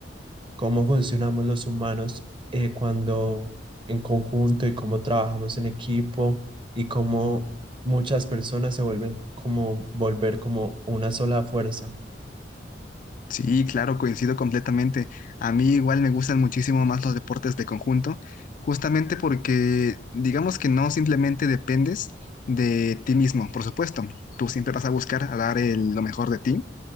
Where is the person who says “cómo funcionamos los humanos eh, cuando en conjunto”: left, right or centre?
Right